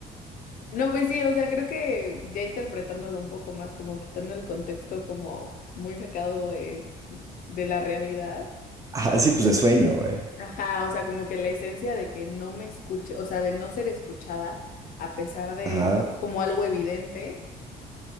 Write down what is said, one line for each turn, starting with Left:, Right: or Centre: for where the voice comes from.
Left: No, pues sí, o sea, creo que ya interpretándolo un poco más, como quitando el contexto como muy sacado de, de la realidad.
Right: Ajá, sí, pues de sueño, güey.
Left: Ajá, o sea, como que la esencia de que no me escuche, o sea, de no ser escuchada a pesar de
Right: Ajá.
Left: como algo evidente,